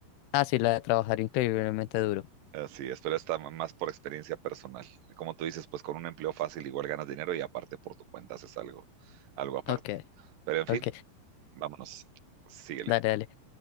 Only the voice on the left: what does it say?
Ah, sí, la de trabajar increíblemente duro.
Ok,
ok,
dale, dale.